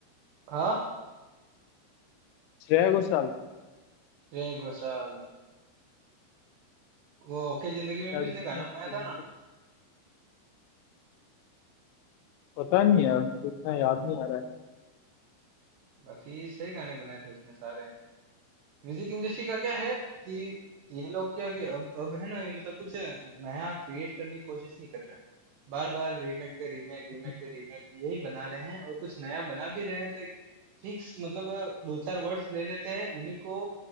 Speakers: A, on the right (about 80°); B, on the left (about 85°).
A: हाँ
B: श्रेया घोषाल
A: श्रेया घोषाल वो ओके जिंदगी में
B: शायद
A: भी
B: उसी
A: उसने गाना
B: में
A: बनाया था
B: मुझे
A: ना
B: पता नहीं यार मुझे इतना याद नहीं आ रहा
A: बाकी सही गाने बनाए थे उसने सारे म्यूजिक इंडस्ट्री का क्या है कि ये लोग क्या कि अब अब है ना ये मतलब कुछ नया क्रिएट करने की कोशिश नहीं कर रहे हैं बार बार रीमेक पे रीमेक रीमेक
B: है
A: पे रीमेक यही बना रहे हैं और कुछ नया बना भी रहे हैं तो एक फिक्स मतलब अ, दो चार वर्ड्स ले लेते हैं उन्हीं को